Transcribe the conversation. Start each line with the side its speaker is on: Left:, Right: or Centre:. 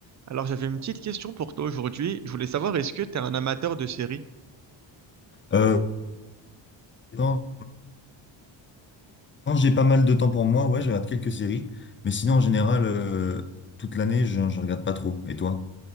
Right: Alors, j'avais une petite question pour toi aujourd'hui. Je voulais savoir, est-ce que tu es un amateur de séries?
Left: Euh, quand quand j'ai pas mal de temps pour moi, ouais, je regarde quelques séries. Mais sinon, en général, euh, toute l'année, je, je regarde pas trop. Et toi?